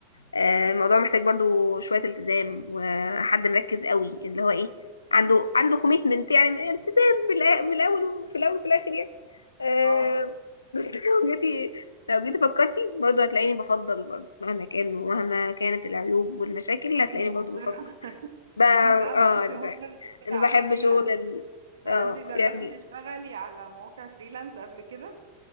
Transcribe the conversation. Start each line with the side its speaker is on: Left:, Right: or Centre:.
Left: آه، الموضوع محتاج برضو شوية التزام وحد مركز قوي اللي هو ايه عنده عنده كوميتمنت يعني التزام بالأ- من الاول وفي الاول وفي الاخر يعني آه،
Right: اه
Left: بس <laughs> لو جيتي لو جيتي فكرتي برضو هتلاقيني بفضل برضو مهما كان ومهما كانت العيوب والمشاكل
Right: انت
Left: هتلاقيني برضو
Right: مصره
Left: بفكر
Right: <laughs>
Left: ب... اه
Right: انت انا انت
Left: انا
Right: مصره
Left: بحب, أنا
Right: على
Left: بحب
Right: الفريلانس
Left: شغل ال...
Right: طب
Left: اه
Right: انت جربتي
Left: يعني
Right: تشتغلي على مواقع فريلانس قبل كده